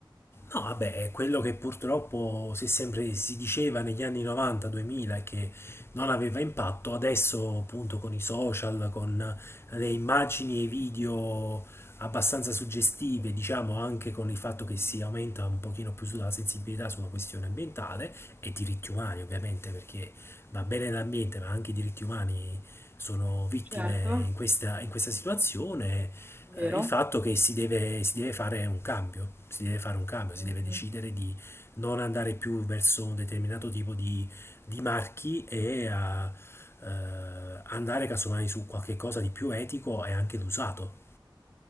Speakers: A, on the left; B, on the right.
A: No, vabbè, è quello che purtroppo si, è sempre, si diceva negli anni 90-2000 che non aveva impatto, adesso appunto con i social, con le immagini e i video abbastanza suggestive, diciamo anche con il fatto che si aumenta un pochino più sulla sensibilità sulla questione ambientale e diritti umani ovviamente, perché va bene l'ambiente, ma anche i diritti umani sono vittime
B: Certo,
A: in questa, in questa situazione, eh,
B: vero?
A: il fatto che si deve, si deve fare un cambio, si deve fare un cambio, si
B: Mh-mh.
A: deve decidere di non andare più verso un determinato tipo di, di marchi e a, eh, andare casomai su qualche cosa di più etico e anche d'usato.